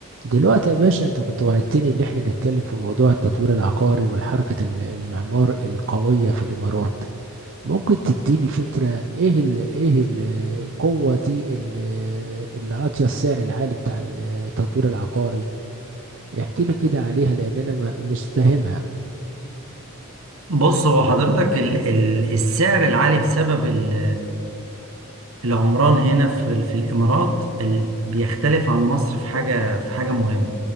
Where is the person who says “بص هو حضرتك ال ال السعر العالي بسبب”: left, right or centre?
Right